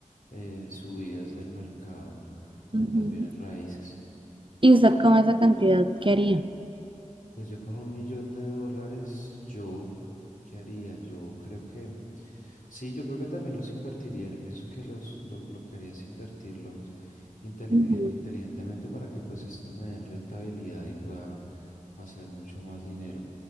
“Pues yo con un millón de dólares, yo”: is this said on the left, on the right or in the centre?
Left